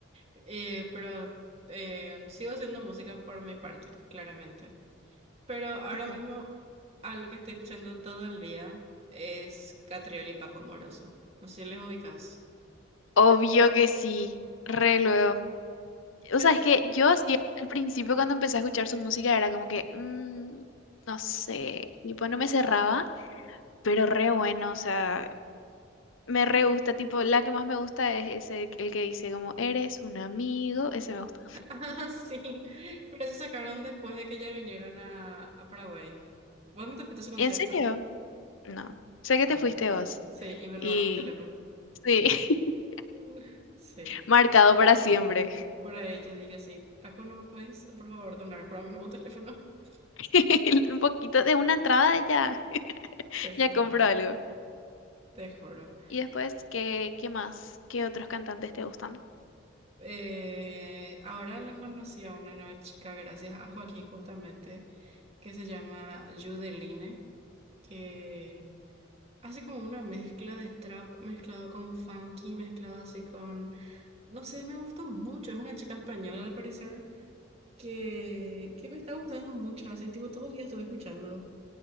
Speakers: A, on the right; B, on the left.
A: Eh, pero eh, sigo haciendo música por mi parte, claramente. Pero ahora
B: Ujú.
A: mismo algo que estoy escuchando todo el día es Catriel y Paco Moroso. No sé si les ubicas.
B: Obvio que sí, re luego. O
A: Fíjate-
B: sea, es que
A: <laughs>
B: yo así al principio cuando empecé a escuchar su música era como que, mm, no sé, tipo no me cerraba, pero re bueno, o sea, me re gusta, tipo la que más me gusta es ese, el que dice como, eres un amigo, ese me gusta.
A: Ah, sí. Pero eso sacaron después de que ya vinieron a, a Paraguay. ¿Vos no te fuiste a su concierto?
B: ¿En serio? No, sé que
A: Ah.
B: te fuiste vos.
A: Sí, y me robaron
B: Y
A: mi teléfono.
B: sí, <laughs>
A: Uf. Sí,
B: marcado para siempre.
A: por ahí yo dije, sí, Paco, ¿no me puedes, por favor, donar para mi nuevo teléfono? <laughs>
B: <laughs> Un poquito de una entrada ya,
A: Te juro,
B: ya compro algo.
A: te juro.
B: Y después, ¿qué, qué más? ¿Qué otros cantantes te gustan?
A: Eh, ahora la conocí a una nueva chica, gracias a Joaquín justamente, que se llama Judeline, que hace como una mezcla de trap mezclado con funky, mezclado así con... No sé, me gustó mucho. Es una chica española, al parecer, que, que me está gustando mucho. Así, tipo, todo el día estuve escuchando.